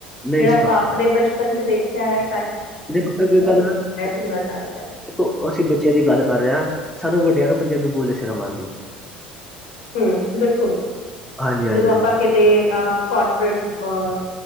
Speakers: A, in the centre; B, on the left.
A: ਨਹੀਂ
B: ਜਿਹੜਾ
A: ਸਿਖਾ
B: ਆਪਾਂ ਆਪਣੇ
A: ਪਾਏ
B: ਬਚਪਨ ਚ ਦੇਖਿਆ ਹੈ।
A: ਦੇਖੋ ਗੱਲ ਦੇਖੋ
B: ਹੁੰਦਾ ਜਾਣ ਡਿਆ
A: ਅਸੀਂ ਬੱਚਿਆਂ ਦੀ ਗੱਲ ਕਰ ਰਹੇ ਹਾਂ। ਸਾਨੂੰ ਵੱਡਿਆਂ ਨੂੰ ਪੰਜਾਬੀ ਬੋਲਦੇ ਸ਼ਰਮ ਆਉਂਦੀ ਹੈ।
B: ਹਮ ਬਿਲਕੁਲ
A: ਹਾਂਜੀ ਹਾਂਜੀ
B: ਜਦੋਂ ਆਪਾਂ ਕਿਤੇ ਕਾਰਪੋਰੇਟ ਅ